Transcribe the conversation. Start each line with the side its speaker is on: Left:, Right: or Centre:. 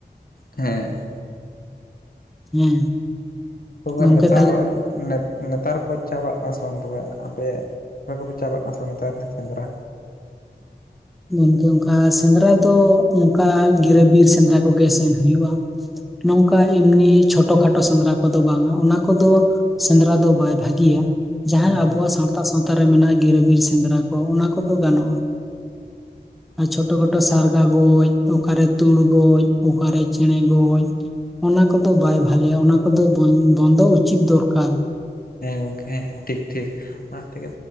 Left: ᱦᱮᱸ᱾
Centre: ᱦᱮᱸ᱾
Left: ᱛᱚᱵᱮ
Centre: ᱜᱚᱝᱠᱮ
Left: ᱱᱮᱛᱟᱨ
Centre: ᱛᱟᱦᱚᱞᱮ
Left: ᱱᱮᱛᱟᱨ ᱠᱚ ᱪᱟᱞᱟᱜ ᱠᱟᱱᱟ ᱥᱮ ᱵᱟᱝ ᱛᱚᱵᱮ ᱟᱯᱮ ᱟᱯᱮ ᱠᱚᱯᱮ ᱪᱟᱞᱟᱜ ᱠᱟᱱᱟ ᱥᱮ ᱵᱟᱝ ᱱᱮᱛᱟᱨ ᱥᱮᱸᱫᱽᱨᱟ?
Centre: ᱜᱚᱢᱠᱮ ᱚᱝᱠᱟ ᱥᱮᱸᱫᱽᱨᱟ ᱫᱚ ᱚᱝᱠᱟ ᱜᱤᱨᱟᱹ ᱵᱤᱨ ᱥᱮᱸᱫᱽᱨᱟ ᱠᱚᱜᱮ ᱥᱮᱱ ᱦᱩᱭᱩᱜᱼᱟ᱾ ᱱᱚᱝᱠᱟ ᱮᱢᱱᱤ ᱪᱷᱳᱴᱚ ᱠᱷᱟᱴᱳ ᱥᱮᱸᱫᱽᱨᱟ ᱠᱚᱫᱚ ᱵᱟᱝᱟ ᱚᱱᱟ ᱠᱚᱫᱚ ᱥᱮᱸᱫᱽᱨᱟ ᱫᱚ ᱵᱟᱭ ᱵᱷᱟᱹᱜᱤᱭᱟ, ᱡᱟᱦᱟᱸ
Left: ᱦᱩᱸ
Centre: ᱟᱵᱚᱣᱟᱜ ᱥᱟᱶᱛᱟ ᱥᱟᱶᱛᱟᱨ ᱨᱮ ᱢᱮᱱᱟᱜᱼᱟ ᱜᱤᱨᱟᱹᱵᱤᱨ ᱥᱮᱸᱫᱽᱨᱟ ᱠᱚ ᱚᱱᱟ ᱠᱚᱫᱚ ᱜᱟᱱᱚᱜᱼᱟ᱾ ᱟᱨ ᱪᱷᱳᱴᱚ ᱠᱷᱟᱴᱳ ᱥᱟᱨᱜᱟ ᱜᱚᱡ ᱚᱠᱟᱨᱮ ᱛᱩᱲ ᱜᱚᱡ ᱚᱠᱟᱨᱮ ᱪᱮᱬᱮ ᱜᱚᱡ ᱚᱱᱟ ᱠᱚᱫᱚ ᱵᱟᱭ ᱵᱷᱟᱞᱮᱭᱟ ᱚᱱᱟ ᱠᱚᱫᱚ ᱵᱚᱱ ᱵᱚᱱᱫᱚ ᱩᱪᱤᱛ ᱫᱚᱨᱠᱟᱨ᱾
Left: ᱦᱮᱸ ᱜᱚᱢᱠᱮ ᱦᱮᱸ ᱴᱷᱤᱠ ᱴᱷᱤᱠ᱾ ᱚᱱᱟ ᱛᱮᱜᱮ